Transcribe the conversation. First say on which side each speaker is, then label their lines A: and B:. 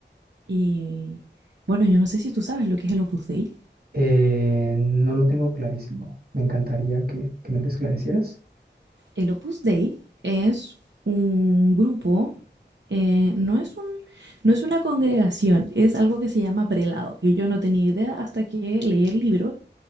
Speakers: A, on the right; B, on the right.
A: Y bueno, yo no sé si tú sabes lo que es el Opus Dei.
B: Eh, no lo tengo clarísimo. Me encantaría que, que me lo esclarecieras.
A: El Opus Dei es un grupo, eh, no es un, no es una congregación, es algo que se llama prelado, que yo no tenía idea hasta que leí el libro.